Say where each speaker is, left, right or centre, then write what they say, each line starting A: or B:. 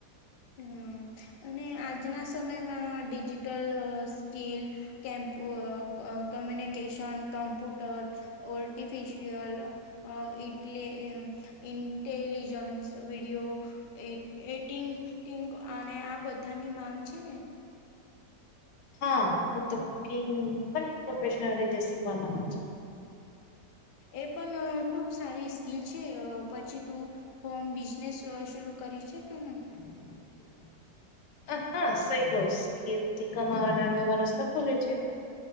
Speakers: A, on the left (about 55°); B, on the left (about 85°).
A: હમમ અને આજના સમયમાં ડિજિટલ સ્કીલ કેમપ અ ક તમને કેશન કમ્પ્યુટર ઓર્ટિફિશિયલ અ ઇટલી. ઇન્ટલીજસ વિડિયો એ એટિંગ. ટિંક અને આ બધાની માંગ છે ને.
B: હા હું તો કુકિંગ પણ પ્રોફેશનલ રીતે શીખવા માંગુ છું.
A: એ પણ ખુબ સારી સ્કીલ છે અ પછી તું હોમ બિઝનેસ શુરૂ શુરુ કરી શકેને.
B: <inaudible> હ હા સહી કહશ કેથી કમાવાના નવા રસ્તા ખુલે છે.